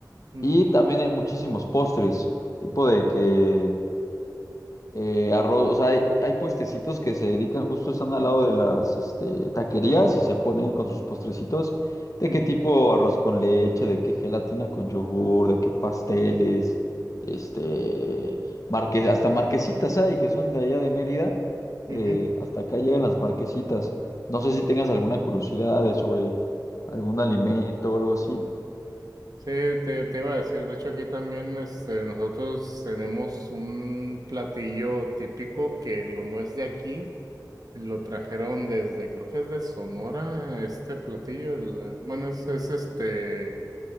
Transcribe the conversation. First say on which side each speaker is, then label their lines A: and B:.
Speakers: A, on the right; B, on the left.
A: ujú,
B: Y también hay muchísimos postres, tipo de que eh, arroz, o sea, hay, hay puestecitos que se dedican justo, están al
A: ujú,
B: lado de las este, taquerías y se ponen con sus postrecitos, de
A: ujú,
B: qué tipo arroz con leche, de qué gelatina con yogur, de qué pasteles, este, marque- hasta marquesitas hay que son de allá de Mérida, eh,
A: ujú,
B: hasta acá llegan las marquesitas. No sé si tengas alguna curiosidad de sobre algún alimento o algo así.
A: Sí, te, te iba a decir, de hecho aquí también este, nosotros tenemos un platillo típico que digo, no es de aquí, lo trajeron desde, creo que es de Sonora, este platillo, el- bueno, es, es este,